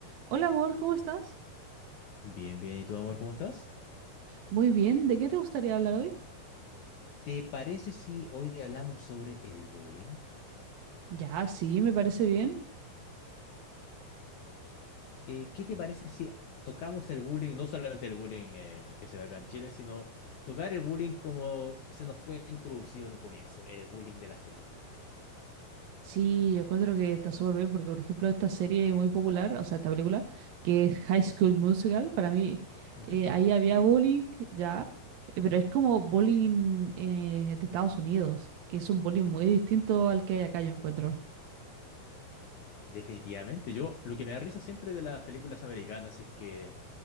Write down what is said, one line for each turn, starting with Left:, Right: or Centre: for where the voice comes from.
Right: Hola amor, ¿cómo estás?
Left: Bien, bien. ¿Y tú, amor, cómo estás?
Right: Muy bien, ¿de qué te gustaría hablar hoy?
Left: ¿Te parece si hoy hablamos sobre el bullying?
Right: Ya, sí, me parece bien.
Left: Eh, ¿qué te parece si tocamos el bullying, no solamente el bullying eh, que se da acá en Chile, sino tocar el bullying como se nos fue introducido en un comienzo, el bullying de las películas?
Right: Sí, yo encuentro que está súper bien porque, por ejemplo, esta serie muy popular, o sea, esta película, que es High School Musical, para mí
Left: Ujú.
Right: eh, ahí había bullying, ya, eh, pero es como bullying eh, de Estados Unidos, que es un bullying muy distinto al que hay acá, yo encuentro.
Left: Definitivamente, yo lo que me da risa siempre de las películas americanas es que